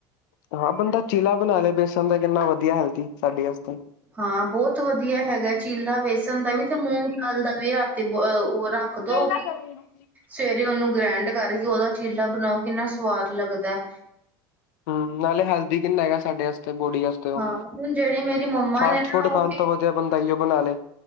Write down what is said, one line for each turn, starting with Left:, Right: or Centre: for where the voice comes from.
Left: ਹਾਂ! ਬੰਦਾ ਚੀਲਾ ਬਣਾ ਲਏ ਬੇਸਣ ਦਾ। ਕਿੰਨਾ ਵਧੀਆ, ਹੈਲਦੀ ਸਾਡੇ ਵਾਸਤੇ।
Right: ਹਾਂ! ਬਹੁਤ ਵਧੀਆ ਹੈਗਾ ਏ ਚੀਲਾ। ਬੇਸਣ ਦਾ ਵੀ, ਤੇ ਮੂੰਗ ਦਾਲ ਦਾ ਵੀ। ਰਾਤੀ ਬ, ਉਹ ਰੱਖ ਦੋ।
Left: ਕਿਆ ਕਰ ਰਹੇ ਓ?
Right: ਸਵੇਰੇ ਉਹਨੂੰ ਗ੍ਰੈਂਡ ਕਰਕੇ ਉਹਦਾ ਚੀਲਾ ਬਣਾਓ ਕਿੰਨਾ ਸਵਾਦ ਲੱਗਦਾ।
Left: ਹਮ! ਨਾਲੇ ਹੈਲਦੀ ਕਿੰਨਾ ਹੈਗਾ ਆ ਸਾਡੇ ਵਾਸਤੇ, ਬੋਡੀ ਵਾਸਤੇ ਉਹ।
Right: ਹਾਂ, ਹੁਣ ਜਿਹੜੀ ਮੇਰੀ ਮੰਮਾ
Left: ਫਾਸਟ
Right: ਨੇ ਨਾ
Left: ਫੂਡ
Right: ਉਹ
Left: ਖਾਣ ਤੋਂ ਵਧੀਆ ਬੰਦਾਈਓ ਇਹੋ ਬਣਾ ਲਏ,